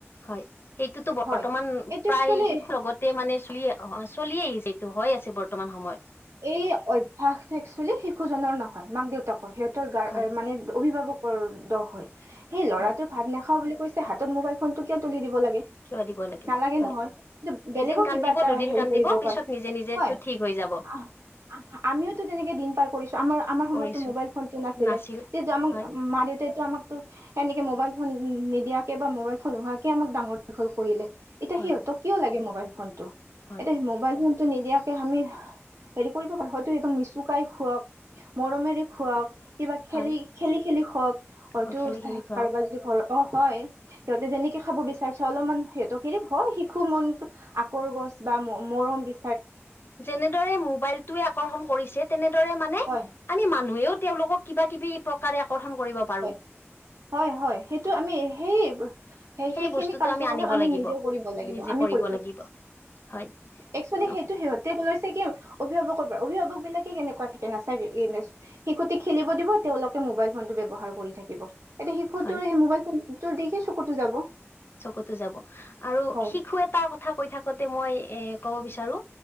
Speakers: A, on the left (about 50°); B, on the right (about 85°).
A: হয়, সেইটোতো বৰ্তমান
B: হয় এইটো
A: প্ৰায়
B: একচুৱেলি
A: শিশুৰ লগতে মানে চুলি অ', অ', চলিয়েই আহিছে এইটো হৈ আছে বৰ্তমান সময়ত
B: এই অভ্যাসটো এক্সুৱেলি শিশু জনৰ নহয় মাক-দেউতাকৰ সিহঁত ত' গাৰ
A: হয়
B: মানে অভিভাৱকৰ দখ হয় সেই ল'ৰাটোই
A: হয়
B: ভাত নাখাওঁ বুলি কৈছে হাতত মোবাইল ফোনটো কিয় তুলি দিব লাগে? এ
A: কিয় দিব লাগে
B: নালাগে
A: হয়
B: নহয় বেলেগো
A: এদিন কান্দিব
B: কিবা এটা
A: দুদিন
B: হেৰি
A: কান্দিব
B: কৰিব
A: পিছত
B: পাৰে
A: নিজে নিজেটো
B: হয়।
A: ঠিক হৈ যাব
B: আহ আহ, আমিওতো তেনেকে দিন পাৰ কৰিছো আমাৰ-আমাৰ সময়ততো
A: কৰিছো
B: মোবাইল ফোনটো নাছিলে
A: নাছিল
B: তেতিয়া আমাক
A: হয়
B: মা-দেউতাই তো আমাকতো সেনেকে মোবাইল ফোন নিদিয়াকে বা মোবাইল ফোন নোহোৱাকে আমাক ডাঙৰ দীঘল কৰিলে। এতিয়া
A: হয়
B: সিহতক কিয় লাগে মোবাইল ফোনটো
A: হয়
B: এতিয়া মোবাইল ফোনটো নিদিয়াকে আমি হেৰি কৰিব পাৰে হয়তো সিহঁতক নিচুকাই খুৱাওক, মৰমেৰে খুৱাওক কিবা খেলি-খেলি-খেলি
A: হয়
B: শুৱক হয়তো
A: অ খেলি খেলি খুৱাও
B: কাৰোবাৰ যদি ঘৰ অ, হয়। সিহঁতে যেনেকে খাব বিচাৰছে অলপমান সিহঁত হেৰি হয় শিশু মন আকোৰগোঁজ বা মৰম বি
A: যেনেদৰে মোবাইল টোই আকৰ্ষণ কৰিছে তেনেদৰে মানে
B: হয়
A: আমি মানুহেও তেওঁলোকক কিবা কিবি প্ৰকাৰে আকৰ্ষণ কৰিব পাৰো
B: হয় হয় হয় সেইটো আমি সেই সেই সেইখিনি
A: বস্তুটো
B: কাৰ্যকলাপ
A: আনিব
B: আমি
A: লাগিব
B: নিজেও কৰিব লাগিব
A: নিজে
B: আমি কৰিব
A: লাগিব হয়
B: এক্সুৱেলি
A: অ
B: সেইটো সিহঁতে ক লৈ চাগে অভিভাৱকৰ পৰা অভিভাৱক বিলাকে কেনেকুৱা থাকে নাথাকে শিশুটিক খেলিব দিব তেওঁলোকে মোবাইল ফোন টো ব্যৱহাৰ কৰি থাকিব এতিয়া শিশুটোৰ
A: হয়
B: সেই মোবাইল ফোনটোৰ দিখে চকুতো যাব৷
A: চকুতো যাব আৰু
B: হয়
A: শিশু এটাৰ কথা কৈ থাকোতে মই এ কব বিচাৰো